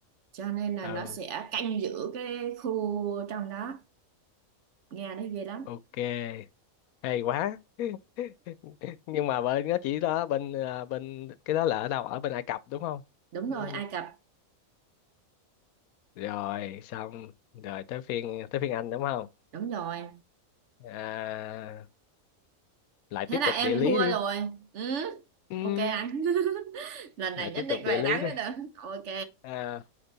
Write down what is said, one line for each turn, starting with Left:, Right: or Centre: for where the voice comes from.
Right: cho nên là
Left: ừ,
Right: nó sẽ canh giữ cái khu trong đó nghe nó ghê lắm
Left: ok. hay quá <laughs> nhưng mà bên nó chỉ đó bên à, bên cái đó là ở đâu ở bên Ai Cập đúng không
Right: đúng
Left: Ừ.
Right: rồi Ai Cập
Left: rồi xong rồi tới phiên tới phiên anh đúng không
Right: đúng rồi
Left: à, lại
Right: thế
Left: tiếp
Right: là
Left: tục
Right: em
Left: địa lý
Right: thua
Left: đi
Right: rồi ừ
Left: ừ,
Right: ok anh <laughs> lần
Left: lại
Right: này
Left: tiếp
Right: nhất định
Left: tục
Right: phải
Left: địa lý
Right: thắng
Left: đi
Right: mới được ok
Left: à,